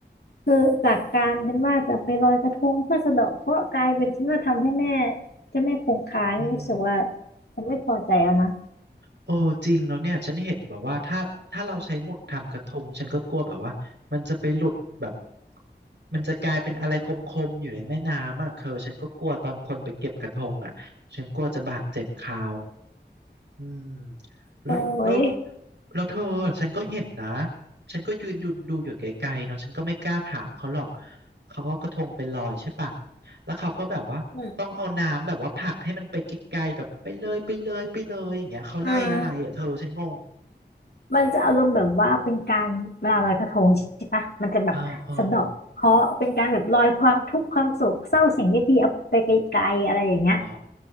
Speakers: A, on the left; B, on the right.
A: คือจากการเป็นว่าจะไปลอยกระทงเพื่อสะเดาะเคราะห์กลายเป็นที่ม่าทำให้แม่เจ้าแม่คงคานี่รู้สึกว่า
B: อืม
A: ฉันไม่พอใจแล้วนะ
B: เออจริงแล้วเนี่ยฉันเห็นแบบว่าถ้าถ้าเราใช้หมุดทำกระทงฉันก็กลัวแบบว่ามันจะไปหลุดแบบมันจะกลายเป็นอะไรคมๆอยู่ในแม่น้ำอ่ะเธอฉันก็กลัวตอนคนไปเก็บกระทงอ่ะฉันกลัวจะบาดเจ็บเขา อืมแล้วแล้ว
A: โอ้ย
B: แล้วเธอฉันก็เห็นนะฉันก็ยืนอยู่ดูอยู่ไกลๆเนาะฉันก็ไม่กล้าถามเขาหรอกเขาเอากระทงไปลอยใช่ปะแล้วเขาก็แบบว่าต้องเอาน้ำแบบว่าผลักให้มันไปไกลๆแบบไปเลยไปเลยไปเลยอย่างเงี้ยเขาไล่อะไรอ่ะเธอฉันงง
A: อืมอืมมันจะอารมณ์แบบว่าเป็นการเวลาลอยกระทงใช่ปะมันจะแบบสะเดาะเคราะห์เป็นการแบบลอยความทุกข์ความโศกเศร้าสิ่งไม่ดีเอาไปไกลๆอะไรอย่างเงี้ย
B: อ้าวอ้าวอ๋อ